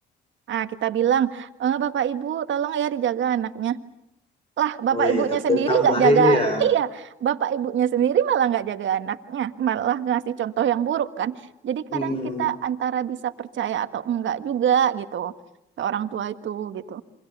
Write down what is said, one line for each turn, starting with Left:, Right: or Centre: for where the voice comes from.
Right: Ah, kita bilang, "Eh, Bapak Ibu, tolong ya dijaga anaknya. Lah, bapak
Left: Oh iya,
Right: ibunya
Left: tak-
Right: sendiri
Left: tambahin
Right: nggak jaga, <laughs>
Left: ya.
Right: iya, bapak ibunya sendiri malah nggak jaga anaknya, malah ngasih contoh yang buruk kan. Jadi
Left: Hmm.
Right: kadang kita antara bisa percaya atau enggak juga gitu ke orang tua itu gitu.